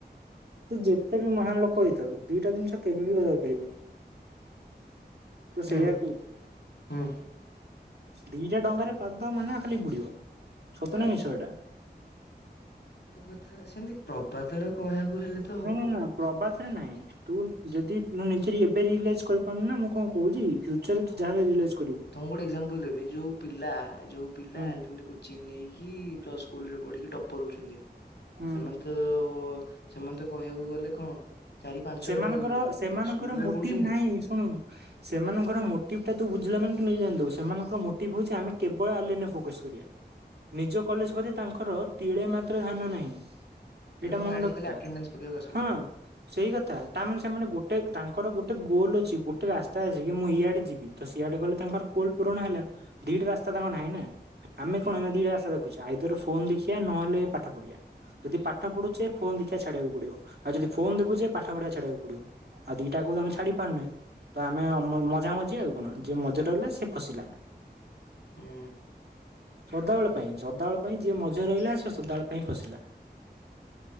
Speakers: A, on the right (about 70°); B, on the left (about 75°).
A: ସେ ଯେତେବି ମହାନ ଲୋକ ହେଇଥାଉ ଦିଟା ଜିନିଷ କେବେବି ହେଇ ପାରିବନି। ତ ସେଇଆ
B: ହୁଁ
A: କ
B: ହୁଁ
A: ଦିଟା ଡଙ୍ଗାରେ ପାଦ ମାନେ ଖାଲି ବୁଡ଼ିବ ସତନା
B: ଆଚ୍ଛା
A: ମିଛ ଏଇଟା?
B: ସତ କଥା ସେମିତି ପ୍ରବାଦରେ କହିବାକୁ ହେଲେ ତ
A: ନାଁ
B: ହବ
A: ନା ପ୍ରବାଦରେ ନାହିଁ। ତୁ ଯଦି ମୁନିଜର ଏବେ ରିିଅଲାଇଜ୍ କରିପାରୁନୁନା ମୁଁ କଣ କହୁଚି ଫ୍ୟୁଚରରେ ତୁ ଯାହାହେଲେ ରିଅଲାଇଜ୍
B: କଣ ଗୋଟେ ଏକ୍ଜାମ୍ପଲ ଦେବି ଯୋଉ ପିଲା ଯୋଉ ପିଲା
A: ହୁଁ
B: ଆଲି କୋଚିଂ ନେଇକି ପ୍ଲସ୍ ସ୍କୁଲ୍ ରେ ପଢିକି ଟପର୍ ହୋଉଚନ୍ତି
A: ହୁଁ
B: ସେମାନେ ତ ସେମାନେତ କହିବାକୁ ଗଲେ କଣ ଚାରି ପାଞ୍ଚ
A: ସେମାନଙ୍କର
B: ଆଡେ ପାଦ ଦଉଛନ୍ତି
A: ସେମାନଙ୍କର
B: ଏକ ସ୍କୁଲରେ
A: ମୋଟିଭ୍
B: ପଢୁଛନ୍ତି
A: ନାହିଁ ଶୁଣୁ ସେମାନଙ୍କର ମୋଟିଭ୍ଟା ତୁବୁଝିଲା ମାନେ ତୁନିଯେ ଜାଣିଦବୁ ସେମାନଙ୍କର ମୋଟିଭ୍ ହଉଚି ଆମେ କେବଳ ଆଲେନ୍ରେ ଫୋକସ୍ କରିବା। ନିଜ କଲେଜ୍ ପ୍ରତି ତାଙ୍କର ତିଳେ ମାତ୍ର ଧ୍ୟାନ ନାହିଁ।
B: ସେଥିପାଇଁ
A: ଏଇଟା
B: ମୁଁ
A: ମନ
B: ଜାଣିଛି
A: ରଖିଥା
B: ଖାଲି ଆଟେଣ୍ଡାନ୍ସ ପକେଇବାକୁ ଆସନ୍ତି।
A: ହଁ ସେଇ କ ତାମାନେ ସେମାନେ ଗୋଟେ ତାଙ୍କର ଗୋଟେ ଗୋଲ ଅଛି ଗୋଟେ ରାସ୍ତା ଅଛିକି ମୁଁ ଇଆଡ଼େ ଯିବି ତସିଆଡ଼େ ଗଲେ ତାଙ୍କର ଗୋଲ୍ ପୁରାଣ ହେଲା ଦିଟା ରାସ୍ତା ତାଙ୍କର ନାହିଁନା ଆମେ
B: ହୁଁ
A: କଣ ନା ଦିଟା ରାସ୍ତା ଦେଖୁଚୁ ଆ ଆଇଦର୍ ଫୋନ୍ ଦେଖିବା ନହେଲେ ପାଠ ପଢିବା। ଯଦି ପାଠ ପଢୁଛେ ଫୋନ ଦେଖିବା ଛାଡିବାକୁ ପଡିବ ଆଉ ଯଦି ଫୋନ ଦେଖୁଛେ ପାଠ ପଢିବା ଛାଡିବାକୁ ପଡିବ। ଆଉ ଦିଟାକୁ ତ ଆମେ ଛାଡି ପାରୁନେ। ତ ଆମେ ଅମ ମଝା ମଝି ଆଉ କଣ ଯିଏ ମଝଟ ହେଲା ସିଏ ଫସିଲା।
B: ହୁଁ
A: ସଦାବେଳ ପାଇଁ ସଦାବେଳ ପାଇଁ ଯିଏ ମଝିରେ ରହିଲା ସେ ସଦାବେଳ ପାଇଁ ଫସିଲା।